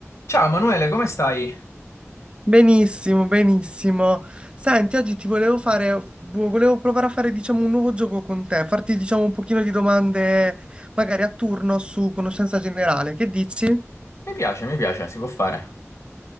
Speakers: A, on the left; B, on the right.
A: Ciao Manuele, come stai?
B: Benissimo, benissimo. Senti, oggi ti volevo fare, vo- volevo provare a fare, diciamo, un nuovo gioco con te, farti, diciamo, un pochino di domande, magari a turno su conoscenza generale. Che dici?
A: Mi piace, mi piace, si può fare.